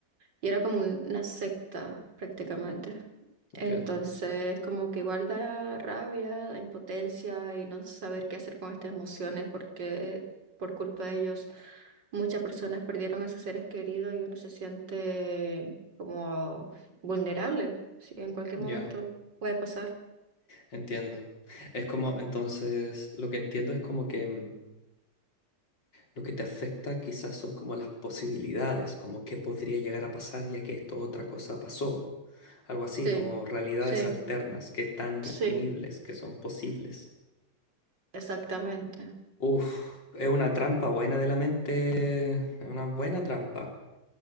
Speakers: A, on the right; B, on the left.
A: Y era como un- una secta prácticamente.
B: entiendo.
A: Entonces, como que igual da rabia, da impotencia y no saber qué hacer con estas emociones porque por culpa de ellos muchas personas perdieron a sus seres queridos y uno se siente como vulnerable. Sí, en cualquier
B: Ya.
A: momento puede pasar.
B: Entiendo. Es como, entonces, lo que entiendo es como que mm, lo que te afecta quizás son como las posibilidades, como qué podría llegar a pasar ya que esto otra cosa pasó. Algo así,
A: Sí,
B: como realidades
A: sí,
B: alternas que están disponibles,
A: sí,
B: que son posibles.
A: exactamente.
B: Uf, es una trampa buena de la mente, es una buena trampa.